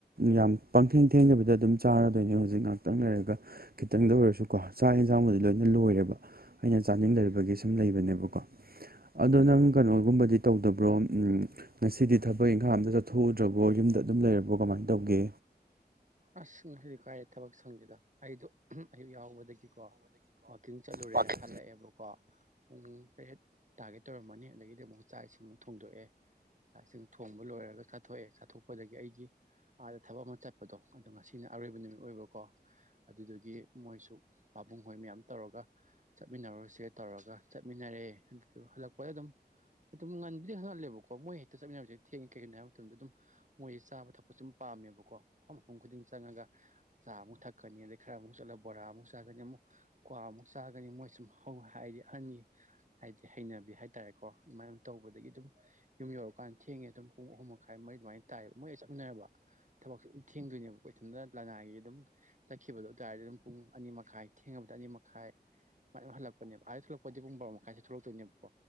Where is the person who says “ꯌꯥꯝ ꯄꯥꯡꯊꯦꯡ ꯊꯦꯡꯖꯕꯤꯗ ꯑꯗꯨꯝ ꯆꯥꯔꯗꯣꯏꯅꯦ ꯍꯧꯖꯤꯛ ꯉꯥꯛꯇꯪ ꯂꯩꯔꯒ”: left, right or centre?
Right